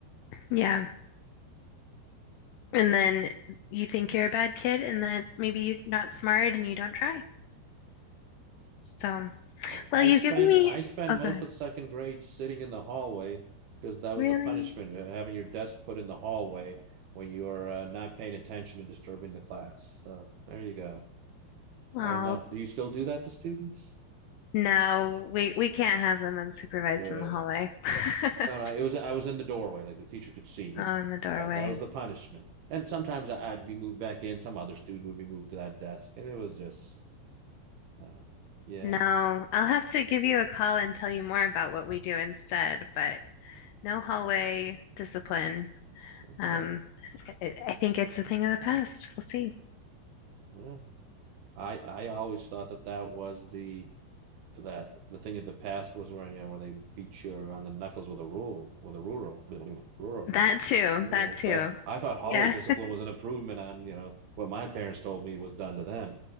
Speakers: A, on the left; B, on the right.
A: yeah. And then you think you're a bad kid, and that maybe you're not smart and you don't try. So,
B: I,
A: well,
B: I
A: you've
B: spend
A: given me.
B: I spend
A: Oh,
B: most
A: good.
B: of second grade sitting in the hallway because that was
A: Really?
B: the punishment, uh, having your desk put in the hallway when you are uh, not paying attention and disturbing the class. So there you go.
A: Wow.
B: I don't know. Do you still do that to students?
A: No, we we can't have them unsupervised
B: Good.
A: in the hallway. <laughs>
B: No, no, it was I was in the doorway, like the teacher could see me,
A: Oh, in the doorway.
B: but that was the punishment. And sometimes I- would be moved back in. Some other student would be moved to that desk, and it was just, um, yeah,
A: No, I'll have to give you a call and tell you more about what we do instead, but no hallway discipline.
B: okay.
A: Um, I, I think it's a thing of the past. We'll see.
B: Yeah. I I always thought that that was the that the thing of the past was where you know where they beat you on the knuckles with a rule with a rural rural
A: That too,
B: rule.
A: that too.
B: So I thought hallway
A: Yeah,
B: discipline was an improvement on you know what my parents told me was done to them.